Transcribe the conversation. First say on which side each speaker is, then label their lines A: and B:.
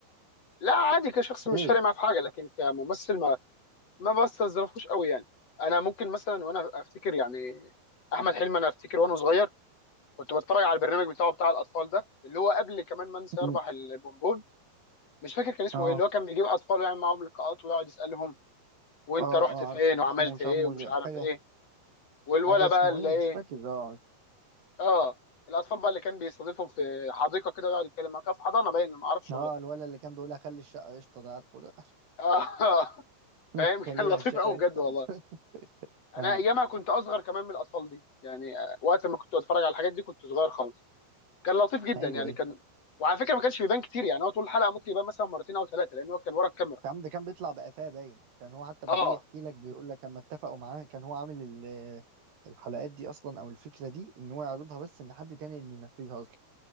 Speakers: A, on the left (about 35°); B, on the right (about 65°).
A: لا عادي كشخص مش
B: ليه
A: فارق معاه في حاجه لكن كممثل ما ما بستظرفوش قوي يعني انا ممكن مثلا وانا افتكر يعني احمد حلمي انا افتكر وانا صغير كنت بتفرج على البرنامج بتاعه بتاع الاطفال ده اللي هو قبل كمان ما انسى
B: م.
A: يربح البونبون مش فاكر كان اسمه
B: اه
A: ايه اللي هو كان بيجيب اطفال ويعمل معاهم لقاءات ويقعد يسالهم وانت
B: اه
A: رحت
B: اه
A: فين
B: عارفه
A: وعملت
B: اسمه مش
A: ايه
B: عارف مز-
A: ومش عارف
B: حاجه
A: ايه والولا
B: حاجه اسمه
A: بقى اللي
B: ايه
A: ايه
B: مش فاكر اه
A: اه الاطفال بقى اللي كان بيستضيفهم في حديقه كده ويقعد يتكلم معاك في حضانه باين ما اعرفش
B: اه
A: والله
B: الولد اللي كان بيقول هخلي الشقه قشطه ده عارفه ده
A: اه <laughs>
B: <laughs> لك
A: فاهم كان
B: خلي لها
A: لطيف
B: الشقه
A: قوي بجد والله
B: قشطه <laughs> اه
A: انا ايامها كنت اصغر كمان من الاطفال دي يعني آه، وقت ما كنت اتفرج على الحاجات دي كنت صغير خالص كان لطيف جدا
B: ايوه
A: يعني
B: ايوه
A: كان وعلى فكره ما كانش بيبان كتير يعني هو طول الحلقه ممكن يبان مثلا مرتين او ثلاثه لان هو كان ورا الكاميرا
B: يا عم ده كان بيطلع بقفاه باين كان هو حتى ما
A: اه
B: بيجي يحكي لك بيقول لك اما اتفقوا معاه كان هو عامل ال- الحلقات دي اصلا او الفكره دي ان هو يعرضها بس ان حد تاني اللي ينفذها اصلا